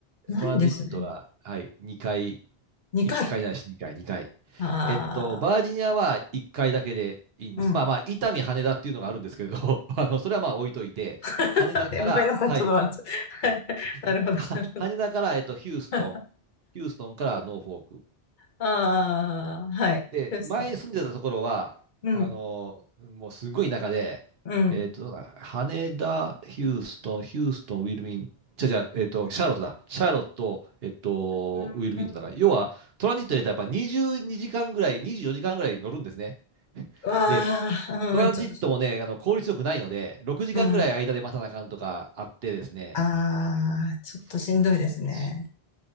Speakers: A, on the left; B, on the right.
A: ないんですね。
B: トランジットが、はい、2回、
A: 2回。
B: 1回ないし2回、2回。
A: ああ、
B: えっと、バージニアは1回だけでいいんです。
A: うん。
B: まあまあ、伊丹、羽田っていうのがあるんですけれど、<laughs> あの、それはまあ置いといて、
A: <laughs>
B: 羽田から、
A: えごめんなさい。
B: はい、
A: ちょっと笑っちゃった。<laughs> はい。なるほど、
B: <laughs> は羽田から、
A: なるほど。
B: えっと、ヒューストン、
A: <laughs>
B: ヒューストンからノーフォーク。
A: ああ、はい。
B: で、
A: ヒューストン。
B: 前に住んでたところは、
A: うん、
B: あのーもうすごい田舎で、
A: うん。
B: えっと、
A: う
B: どうだ羽田、ヒューストン、ヒューストン、ウィルミン、じゃじゃ、えっと、シャーロットだ。シャーロット、えっと、
A: ーん、
B: ウィルミントンだから、要は、トランジットで言ったらやっぱ22時間ぐらい、24時間ぐらい乗るんですね。
A: わあ、
B: で、トランジットもね、
A: うん、ちょっとしんどい。
B: あの効率よくないので、6時間ぐらい間で待たなあかんとかあってですね、
A: うん。ああ、ちょっとしんどいですね。
B: それが、それがし、